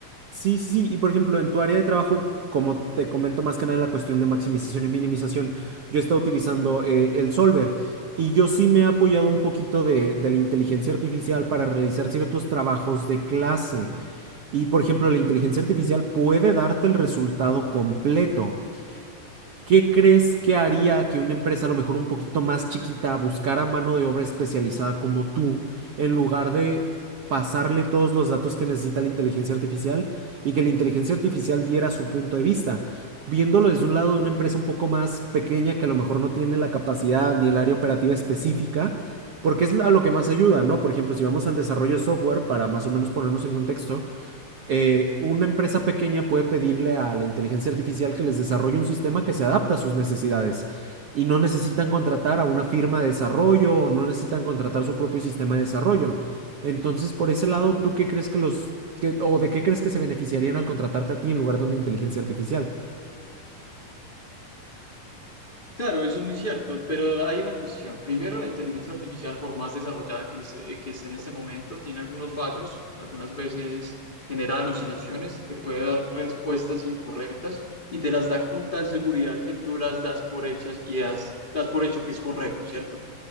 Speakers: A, on the right; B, on the left.
A: Sí, sí, sí. Y por ejemplo, en tu área de trabajo, como te comento más que nada en la cuestión de maximización y minimización, yo he estado utilizando eh, el Solver y yo sí me he apoyado un poquito de, de la inteligencia artificial para realizar ciertos trabajos de clase. Y por ejemplo, la inteligencia artificial puede darte el resultado completo, ¿Qué crees que haría que una empresa a lo mejor un poquito más chiquita buscara mano de obra especializada como tú, en lugar de pasarle todos los datos que necesita la inteligencia artificial y que la inteligencia artificial diera su punto de vista? Viéndolo desde un lado de una empresa un poco más pequeña que a lo mejor no tiene la capacidad ni el área operativa específica, porque es a lo que más ayuda, ¿no? Por ejemplo, si vamos al desarrollo de software, para más o menos ponernos en contexto, eh, una empresa pequeña puede pedirle a la inteligencia artificial que les desarrolle un sistema que se adapte a sus necesidades y no necesitan contratar a una firma de desarrollo o no necesitan contratar su propio sistema de desarrollo. Entonces, por ese lado, ¿tú qué crees que los, que- o de qué crees que se beneficiarían al contratarte a ti en lugar de una inteligencia artificial?
B: Claro, eso es muy cierto, pero hay una cuestión. Primero, la inteligencia artificial, por más desarrollada que, es- eh, que esté en este momento, tiene algunos fallos, algunas veces genera alucinaciones, te puede dar respuestas incorrectas y te las da con tal seguridad que tú las das por hechas y das, das por hecho que es correcto, ¿cierto?